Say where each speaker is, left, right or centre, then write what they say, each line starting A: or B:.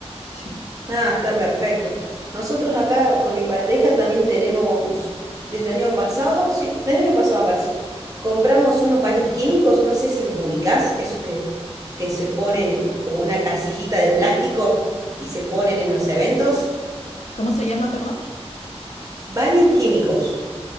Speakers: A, on the left; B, on the right.
A: Sí.
B: Nada, está perfecto. Nosotros acá con mi pareja también tenemos, desde el año pasado, sí, desde el año pasado me parece, compramos unos baños químicos, no sé si los ubicás, esos que, que se ponen como una casillita de plástico y se ponen en los eventos.
A: ¿Cómo se llama, perdón?
B: Baños químicos.